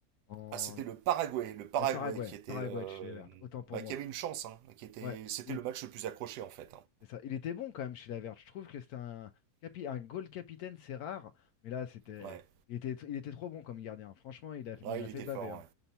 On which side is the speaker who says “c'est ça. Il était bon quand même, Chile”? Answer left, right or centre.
Left